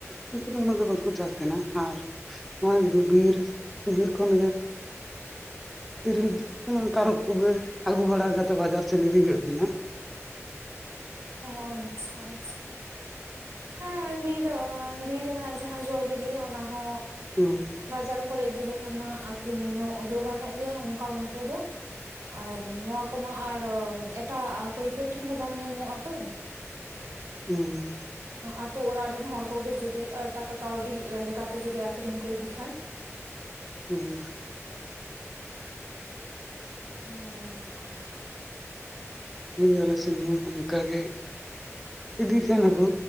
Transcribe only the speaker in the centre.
ᱩᱱᱠᱩ ᱫᱚ ᱩᱱᱟᱹᱜ ᱫᱚ ᱵᱟᱠᱚ ᱪᱟᱥ ᱛᱟᱦᱮᱱᱟ ᱟᱨ ᱱᱚᱜ-ᱚᱭ <unintelligible> ᱵᱤᱨ ᱠᱷᱚᱱ ᱛᱮᱨᱤᱞ, ᱛᱟᱨᱚᱯ ᱠᱚᱜᱮ ᱟᱹᱜᱩ ᱵᱟᱲᱟ ᱠᱟᱛᱮᱜ ᱵᱟᱡᱟᱨ ᱥᱮᱱ ᱤᱫᱤ ᱦᱩᱭᱩᱜ ᱛᱟᱦᱮᱱᱟ᱾
ᱦᱳᱭ
ᱦᱩᱸ
ᱦᱩᱸ
ᱦᱩᱭ ᱟᱞᱮ ᱥᱮᱱ ᱦᱚᱸ ᱚᱱᱠᱟ ᱜᱮ ᱤᱫᱤ ᱛᱟᱦᱮᱱᱟᱠᱚ᱾